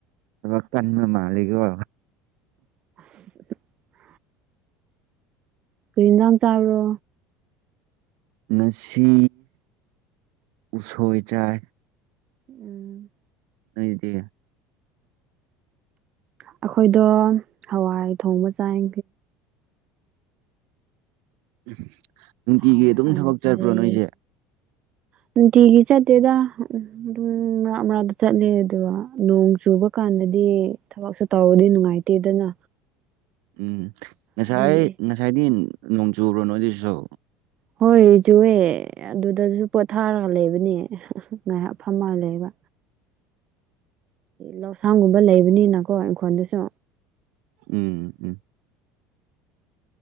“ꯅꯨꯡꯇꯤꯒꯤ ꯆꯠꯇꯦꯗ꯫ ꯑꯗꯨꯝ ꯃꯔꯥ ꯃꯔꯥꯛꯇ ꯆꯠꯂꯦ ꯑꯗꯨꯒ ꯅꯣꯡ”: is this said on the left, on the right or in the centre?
Right